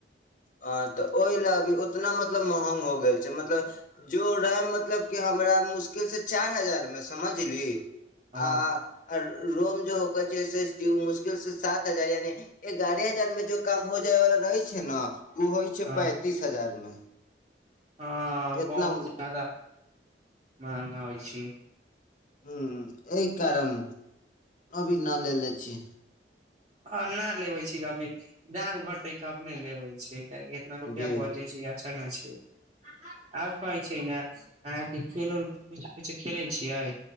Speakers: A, on the left; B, on the right.
A: हँ तऽ ओहि लए अभी उतना मतलब महग हो गेल छै मतलब जो रैम मतलब कि हमरा मुश्किलसँ चारि हजारमे समझली।
B: हँ
A: आ और। रोम जो होकर छै एस टी ओ मुश्किल से सात हजार यानि एग्यारह हजार में जो काम हो जाय वाला रहे छै न। ओ होइ छै
B: हँ
A: पैंतीस हजार मे।
B: हँ
A: एतना
B: बहुत जादा। महंगा होइ छी।
A: ह एहि कारण अभी न लेलेने छी।
B: ह नहि लेबे छी अभी दाम घटे तब नहि लेबे छी। के इतना रुपआ
A: जी
B: बच जाइ छै। चना छै आब कहै छै ने अहाँके खेल कछो कछो खेलै छियै।